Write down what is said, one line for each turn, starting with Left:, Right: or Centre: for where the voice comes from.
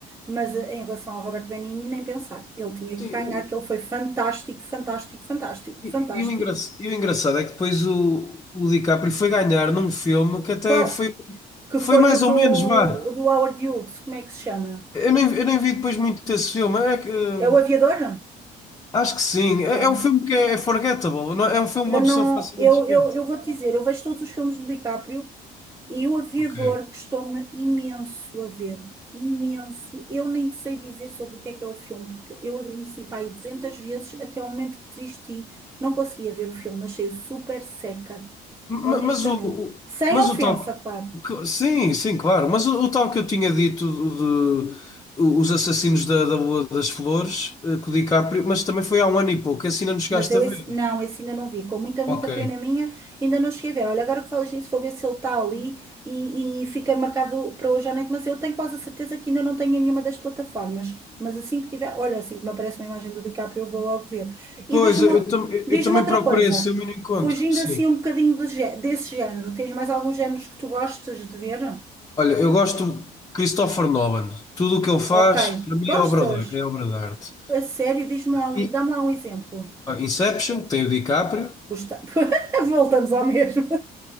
Right: mas eh, em relação ao Robert Benigni, nem pensar. Ele tinha que
Left: Sim,
Right: ganhar,
Left: o,
Right: que ele foi fantástico, fantástico, fantástico,
Left: e,
Right: fantástico.
Left: e o engra- e o engraçado é que depois o, o DiCaprio foi ganhar num filme que até
Right: Qual?
Left: foi,
Right: que
Left: foi
Right: foi
Left: mais
Right: o
Left: ou
Right: do,
Left: menos, vá.
Right: o do Howard Hughes, como é que se chama?
Left: Eu nem, eu nem vi depois muito esse filme. É que, eh,
Right: É o Aviador?
Left: Acho que sim.
Right: É.
Left: É, é um filme que é é forgettable. não- É É um filme
Right: Eu
Left: que uma
Right: não,
Left: pessoa facilmente
Right: eu,
Left: esquece.
Right: eu, eu vou-te dizer, eu vejo todos os filmes do DiCaprio e o Aviador
Left: Ok.
Right: custou-me imenso a ver. Imenso. Eu nem te sei dizer sobre o que é que é o filme, porque eu adormeci para aí 200 vezes até o momento que desisti. Não conseguia ver o filme, achei-o super seca,
Left: Ma-
Right: honestamente.
Left: Mas o, o-
Right: Sem
Left: mas
Right: ofensa,
Left: o tal.
Right: claro.
Left: que- Sim, sim, claro. Mas o, o tal que eu tinha dito o de o- Os Assassinos da, da Rua das Flores, eh, com o DiCaprio, mas também foi há um ano e pouco, assim não nos chegaste
Right: Mas eu
Left: a ver.
Right: esse, não, esse ainda não vi. Com muita,
Left: Ok.
Right: muita pena minha, ainda não cheguei a ver. Olha, agora que falas nisso, vou ver se ele está ali e, e fica marcado para hoje à noite. Mas eu tenho quase a certeza que ainda não tenho em nenhuma das plataformas. Mas assim que tiver, olha, assim que me aparece uma imagem do DiCaprio, eu vou logo ver. E
Left: Pois,
Right: diz-me,
Left: eu, eu tam- eu
Right: diz-me
Left: também
Right: outra
Left: procurei
Right: coisa.
Left: esse filme e não encontro.
Right: Fugindo
Left: Sim.
Right: assim um bocadinho de gé- desse género, tens mais alguns géneros que tu gostas de ver?
Left: Olha, eu gosto de Christopher Nolan. Tudo o que ele faz,
Right: Ok.
Left: para mim,
Right: Gostas?
Left: é obra de, é obra de arte.
Right: A sério, diz-me lá um,
Left: E
Right: dá-me lá um exemplo.
Left: olha, Inception, tem o DiCaprio.
Right: Gosta- <laughs> Voltamos ao mesmo.